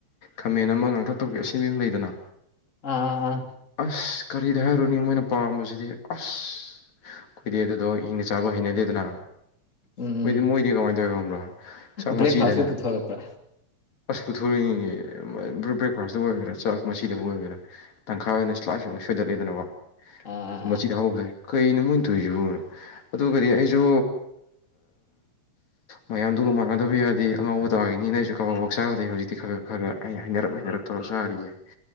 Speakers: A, on the left (about 75°); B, on the left (about 25°).
A: ꯈꯃꯦꯟ ꯑꯃ ꯉꯥꯛꯇ ꯇꯧꯕꯤ ꯁꯤꯃꯤ ꯑꯃ ꯂꯩꯗꯅ
B: ꯑꯥ ꯑꯥ
A: ꯑꯁ ꯀꯔꯤꯗ ꯍꯥꯏꯔꯨꯅꯤ ꯃꯣꯏꯅ ꯄꯥꯝꯕꯁꯤꯗꯤ ꯑꯁ ꯀꯨꯏꯗꯦ ꯑꯗꯨꯗꯣ ꯍꯪꯅ ꯆꯥꯕ ꯍꯩꯅꯗꯦꯗꯅ
B: ꯎꯝ
A: ꯣꯏꯗꯤ ꯃꯣꯏꯗꯤ ꯀꯃꯥꯏꯅ ꯇꯧꯋꯤ ꯈꯕ꯭ꯔꯥ ꯆꯥꯛ
B: ꯕ꯭ꯔꯦꯛꯐꯥꯁꯀ
A: ꯃꯆꯤꯗꯅꯦ
B: ꯄꯨꯊꯣꯔꯛꯄ꯭ꯔꯥ
A: ꯑꯁ ꯄꯨꯊꯣꯔꯛꯏ ꯕꯦꯛꯐꯥꯁꯇꯨ ꯑꯣꯏꯒꯦꯠ ꯃꯁꯤꯗꯕꯨ ꯑꯣꯏꯕꯤꯔꯥ ꯇꯪꯈꯥꯏ ꯑꯣꯏꯅ ꯁꯂꯥꯛꯁꯨꯅ ꯁꯣꯏꯗꯠꯂꯂꯤꯗꯅꯀꯣ
B: ꯑꯥ
A: ꯃꯆꯤ
B: ꯑꯥ
A: ꯊꯍꯧꯕꯁꯦ ꯀꯩꯩꯅ ꯃ ꯑꯗꯨꯏꯁꯤꯕꯨ ꯑꯗꯨꯒꯗꯤ ꯑꯩꯁꯨ ꯃꯌꯥꯝꯗꯨꯒ ꯃꯥꯟꯅꯗꯕ ꯌꯥꯗꯦ ꯑꯉꯥꯎꯕ ꯇꯥꯈꯤꯅꯤꯅ ꯑꯩꯁꯨ ꯀꯕꯥꯔꯋꯥꯛ ꯆꯥꯕꯗꯒꯤꯩ ꯍꯧꯖꯤꯛꯇꯤ ꯈꯔ ꯈ ꯈꯔ ꯑꯩ ꯍꯩꯅꯔꯞ ꯍꯩꯅꯔꯞ ꯇꯧꯔ ꯆꯥꯔꯤꯌꯦ